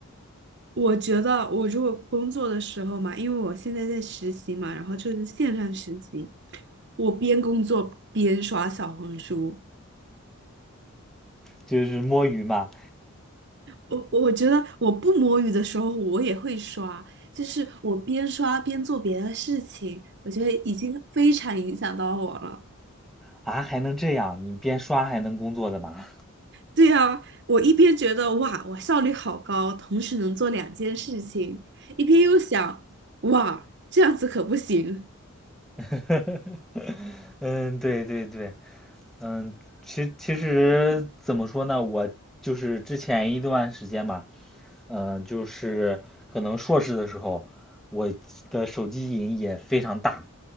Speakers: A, on the right (about 50°); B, in the centre.
A: 我觉得我如果工作的时候嘛，因为我现在在实习嘛，然后就是线上实习，我边工作边刷小红书。
B: 就是摸鱼嘛。
A: 我我觉得我不摸鱼的时候，我也会刷，就是我边刷边做别的事情，我觉得已经非常影响到我了。
B: 啊，还能这样？你边刷还能工作的嘛？
A: 对啊，我一边觉得哇，我效率好高，同时能做两件事情，一边又想哇，这样子可不行。
B: <laughs> 呵呵呵嗯，对对对，嗯，其其实怎么说呢，我就是之前一段时间吧，嗯，就是可能硕士的时候，我的手机瘾也非常大，